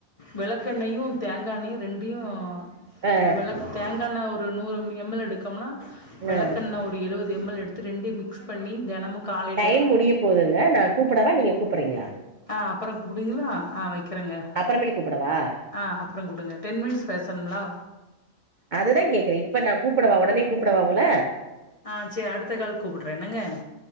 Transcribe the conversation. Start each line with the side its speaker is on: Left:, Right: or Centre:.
Left: வெளக்கெண்ணெயு தேங்காண்ணெயு ரெண்டியு
Right: ஆ
Left: இப்போ வெளக் தேங்காண்ண ஒரு நூறு ம் எம் எல் எடுக்கோம்னா வெளக்
Right: ஆ
Left: கெண்ண ஒரு எழுவது எம் எல் எடுத்து ரெண்டியு மிக்ஸ் பண்ணி தெனமு காலைல
Right: டைம் முடிய போதுங்க நா கூப்புடவா நீங்க கூப்புறீங்களா
Left: ஆ அப்பற கூப்புடுவீங்களா ஆ வக் கிறேங்க
Right: அப்பறமேல் கூப்படவா
Left: ஆ அப்ற குடுங்க டென் மினிட்ஸ் பேசணும்லா
Right: அதுதா கேக்குறே இப்ப நா கூப்புடவா ஒடனே கூப்புடவா உங்கள
Left: ஆ செரி அடுத்த கால் கூப்புட்றே என்னங்க